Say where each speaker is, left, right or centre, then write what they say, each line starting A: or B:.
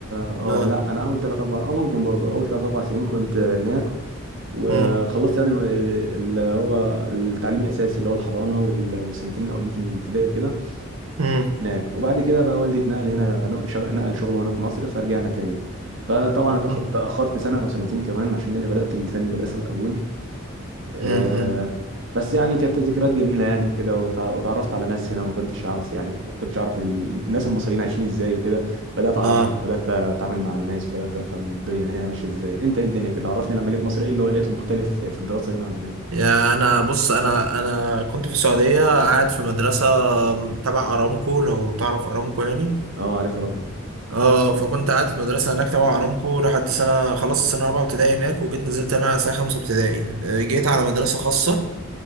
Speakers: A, on the right; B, on the right.
A: اه
B: اه
A: لا انا اول ثلاث اربع اه ممكن برضو اول ثلاث اربع سنين كنت هناك وخلصت
B: مم.
A: يعني ال- اللي هو التعليم الاساسي اللي هو الحضانه وال- والسنتين الاولين في الابتدائي وكده
B: مم.
A: هناك وبعد كده بقى والدي اتنقل هنا نق- شغ- نقل شغله هنا في مصر فرجعنا تاني فطبعا
B: مم.
A: اتأخ- اتاخرت سنه او سنتين كمان عشان لاني بدات تاني المدرسه من الاول آه،
B: مم.
A: بس يعني كانت ذكريات جميله يعني وكده وتع- وتعرفت على ناس هنا ما كنتش اعرف يعني ما كنتش اعرف ال- الناس المصريين عايشين ازاي وكده بدات اعرفهم
B: اه
A: بدات اتعامل مع الناس وبدات افهم الدنيا هنا ماشيه ازاي انت ايه الدنيا كده عرفني لما جيت مصر ايه اللي لقيته مختلف في في الدراسه هنا عن هناك
B: يا انا بص انا انا كنت في السعودية قاعد في مدرسة تبع ارامكو لو تعرف ارامكو يعني
A: اه عارفها طبعا
B: اه فكنت قاعد في مدرسة هناك تبع ارامكو لحد سنة خلصت سنة رابعة ابتدائي هناك وجيت نزلت هنا سنة خمسة ابتدائي آه، جيت على مدرسة خاصة